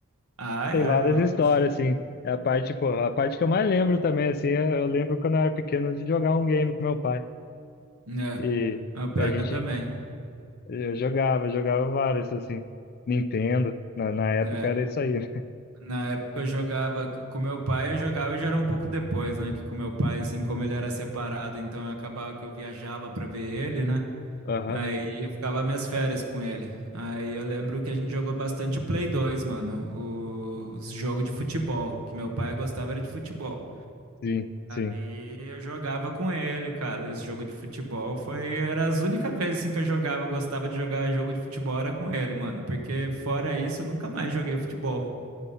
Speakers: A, on the right; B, on the left.
A: Ah,
B: Tem
A: é,
B: várias
A: não.
B: histórias,
A: Isso.
B: assim. É a parte, pô, a parte que eu mais lembro também, assim, é- eu lembro quando eu era pequeno de jogar um game com meu pai.
A: É,
B: E
A: é o pior
B: a gente,
A: que eu também.
B: eu jogava, jogava vários, assim. Nintendo, na, na época
A: É. é.
B: era isso aí, né?
A: Na época eu jogava c- com meu pai, eu jogava já era um pouco depois, né? Que com meu pai, assim, como ele era separado, então eu acabava que eu viajava pra ver ele, né?
B: Aham,
A: Aí eu ficava minhas férias com ele. Aí eu lembro que a gente jogou bastante o Play dois mano. O Os jogo de futebol, que meu pai gostava era de futebol.
B: sim, sim.
A: Aí eu jogava com ele, cara. Esse jogo de futebol foi era as únicas vezes assim que eu jogava, eu gostava de jogar jogo de futebol era com ele, mano, porque fora isso eu nunca mais joguei futebol.